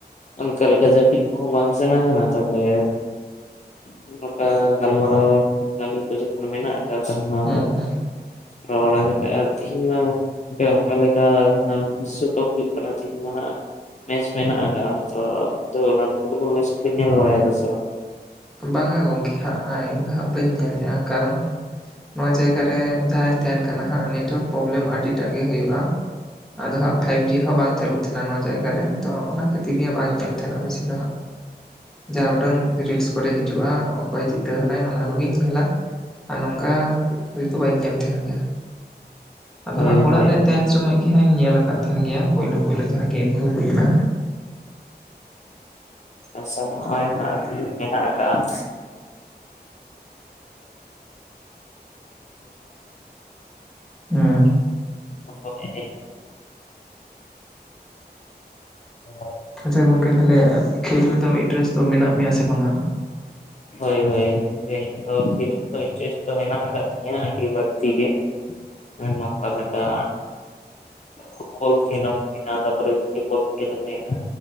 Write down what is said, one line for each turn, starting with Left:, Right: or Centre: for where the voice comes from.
Left: ᱚᱱᱠᱟ ᱞᱮᱠᱟ ᱡᱟᱹᱯᱤᱫ ᱠᱚᱦᱚᱸ ᱵᱟᱝ ᱥᱟᱱᱟ ᱠᱟᱱᱟ ᱾ ᱛᱟᱦᱚᱞᱮ <unintelligible> ᱱᱚᱝᱠᱟ ᱜᱟᱞᱢᱟᱨᱟᱣ ᱠᱟᱹᱢᱤ ᱠᱚ ᱡᱚᱠᱷᱚᱱ ᱢᱮᱱᱟᱜ ᱛᱟᱵᱚᱱᱟ
Centre: ᱦᱮᱸ
Left: ᱛᱚ
Centre: ᱦᱮᱸ
Left: ᱠᱚᱨᱟᱣ ᱵᱟᱲᱟ ᱠᱟᱛᱮ, ᱟᱨ ᱛᱤᱦᱤᱧ ᱢᱟ ᱜᱚᱝᱠᱮ ᱚᱱᱠᱟ ᱞᱮᱠᱟ <unintelligible> ᱡᱟᱦᱟ ᱵᱤᱥᱥᱚᱠᱟᱯ ᱦᱩᱭᱩᱜ ᱠᱟᱱᱟ ᱛᱤᱦᱤᱧ ᱢᱟ ᱦᱟᱸᱜ ᱢᱮᱪ ᱢᱮᱱᱟᱜ ᱟᱠᱟᱜᱼᱟ, ᱛᱚ ᱟᱵᱤᱱ ᱫᱚ ᱚᱱᱟ ᱯᱷᱩᱴᱵᱚᱞ ᱢᱮᱪ ᱠᱚᱵᱤᱱ ᱧᱮᱞ ᱵᱟᱲᱟᱭᱮᱫᱟ ᱥᱮ ᱵᱟᱝ?
Centre: ᱵᱟᱝᱟ ᱜᱚᱢᱠᱮ ᱦᱟᱸᱜ ᱤᱧᱫᱚ ᱦᱟᱸᱜ ᱵᱟᱹᱧ ᱧᱮᱞ ᱮᱜᱼᱟ ᱠᱟᱨᱚᱱ ᱱᱚᱣᱟ ᱡᱟᱭᱜᱟ ᱨᱮ ᱡᱟᱦᱟᱸᱧ ᱛᱟᱦᱮᱱ ᱠᱟᱱᱟ ᱦᱟᱸᱜ ᱱᱮᱴᱚᱣᱟᱨᱠ ᱯᱨᱚᱵᱞᱮᱢ ᱟᱹᱰᱤᱴᱟᱜ ᱜᱮ ᱦᱳᱭᱳᱜᱼᱟ ᱟᱫᱚ ᱦᱟᱸᱜ ᱯᱷᱟᱭᱤᱵ ᱡᱤ ᱦᱚᱸ ᱵᱟᱝ ᱪᱟᱹᱞᱩᱜ ᱛᱟᱦᱮᱱᱟ ᱱᱚᱣᱟ ᱡᱟᱭᱜᱟ ᱨᱮ। ᱛᱚ ᱚᱱᱟ ᱠᱷᱟᱹᱛᱤᱨ ᱜᱮ ᱵᱟᱹᱧ ᱧᱮᱞ ᱛᱟᱦᱮᱱᱟ ᱵᱮᱥᱤ ᱾ ᱟᱫᱚ ᱦᱟᱸᱜ ᱡᱟ ᱩᱰᱟᱹᱝ ᱨᱤᱞᱥ ᱠᱚᱨᱮ ᱦᱤᱡᱩᱜᱼᱟ ᱚᱠᱚᱭ ᱡᱤᱛᱟᱹᱣ ᱦᱮᱱᱟᱭ ᱚᱱᱟ ᱠᱚᱜᱤᱧ ᱧᱮᱞᱟ ᱾ ᱟᱨ ᱱᱚᱝᱠᱟ ᱦᱚᱭᱛᱚ ᱵᱟᱹᱧ ᱧᱮᱞ ᱛᱟᱦᱮᱱ ᱜᱮᱭᱟ। ᱟᱫᱚ
Left: ᱦᱳᱭ
Centre: ᱦᱟᱸᱜ ᱚᱲᱟᱜ
Left: ᱦᱳᱭ
Centre: ᱨᱮ ᱛᱟᱦᱮᱱ ᱥᱚᱢᱚᱭ ᱜᱮ ᱦᱟᱸᱜ ᱤᱧ ᱧᱮᱞ ᱟᱠᱟᱫ ᱛᱟᱦᱮᱱ ᱜᱮᱭᱟ। ᱯᱳᱭᱞᱳ ᱯᱳᱭᱞᱳ ᱡᱟᱦᱟᱸ ᱜᱮᱢ ᱠᱚ ᱦᱩᱭᱱᱟ।
Left: ᱟᱪᱪᱷᱟ ᱱᱚᱜᱼᱚᱭ ᱦᱟᱸᱜ ᱠᱤ ᱢᱮᱱᱟᱜ ᱠᱟᱜᱼᱟ।
Centre: ᱦᱩᱸ
Left: <unintelligible> <unintelligible> ᱟᱨ
Centre: ᱟᱪᱪᱷᱟ ᱜᱚᱝᱠᱮ ᱛᱟᱦᱟᱞᱮ, ᱠᱷᱮᱞ ᱨᱮᱫᱚ ᱤᱱᱴᱟᱨᱮᱥᱴ ᱫᱚ ᱢᱮᱱᱟᱜ ᱢᱮᱭᱟ ᱥᱮ ᱵᱟᱝᱟ?
Left: ᱦᱳᱭ ᱦᱳᱭ। ᱤᱧ ᱫᱚ ᱠᱷᱮᱞ ᱠᱚᱨᱮ ᱤᱱᱴᱟᱨᱮᱥᱴ ᱫᱚ ᱢᱮᱱᱟᱜ ᱟᱠᱟᱫ ᱛᱤᱧᱟᱹ ᱟᱹᱰᱤ ᱵᱟᱹᱲᱛᱤ ᱜᱮ। ᱦᱮᱸ ᱢᱟᱯᱷᱟ <unintelligible> ᱞᱮᱠᱟ। ᱯᱷᱩᱴᱵᱚᱞ ᱠᱷᱮᱞ <inaudible> ᱛᱟᱨᱯᱚᱨᱮ ᱵᱷᱤᱵᱚᱞ ᱠᱷᱮᱞ ᱦᱩᱭᱱᱟ।